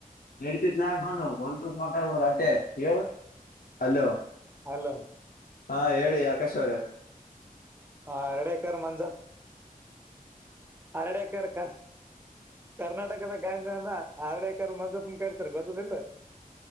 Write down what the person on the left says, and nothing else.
<unintelligible> ಒಂದ್ವಲ್ಪ ಮಾತಾಡ್ಬೋದು ಅಟ್ಟೆ ಹೇಳ <inaudible> ಅಲೋ
ಹಾ ಹೇಳಿ ಆಕಾಶ ಅವರೆ.